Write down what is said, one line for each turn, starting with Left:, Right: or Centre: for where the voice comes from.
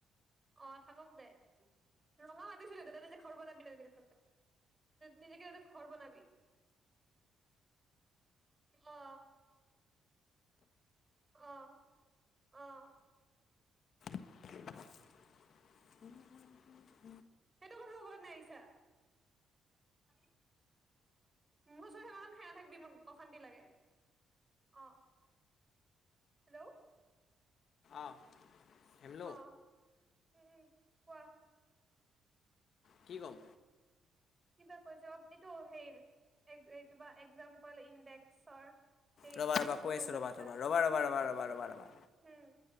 Right: অ থাকক দে ৰঙা মাতিছিলোদে নিজে ঘৰ বনাবি <unintelligible> নিজেকে ত ঘৰ বনাবি। অ অহ অহ।
Left: <unintelligible>
Right: সেইটো কথা ক'ব কাৰণে আহিছা <inaudible> মোৰচৰত সেমান খাই নাথাকিবি মোক অশান্তি লাগে অ। হেল্ল'
Left: অহ হেল্ল।
Right: অ', উম হম কোৱা।
Left: কি কম?
Right: কিবা কৈছো এইটো হেই কিবা একজাম্পল ইণ্ডেক্সৰ সেই
Left: ৰ'বা
Right: কুৱেশচন
Left: ৰ'বা কৈ
Right: বোৰ
Left: আছোঁ
Right: কৰিব
Left: ৰ'বা
Right: দিছা
Left: ৰ'বা ৰ'বা ৰ'বা ৰ'বা ৰ'বা ৰ'বা ৰ'বা
Right: হম।